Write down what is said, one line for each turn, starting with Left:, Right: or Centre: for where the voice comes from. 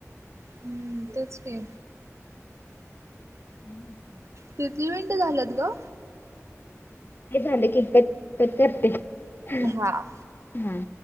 Right: हम्म तेच की
Left: <inaudible>
Right: किती मिनिटं झाल्यात ग.
Left: हे झालं की <unintelligible>
Right: हा
Left: हा